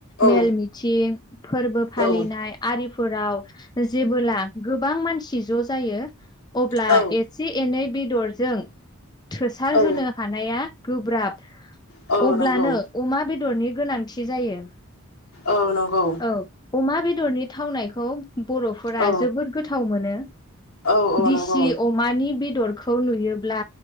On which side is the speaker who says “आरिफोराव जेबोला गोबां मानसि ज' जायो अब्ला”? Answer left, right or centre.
Left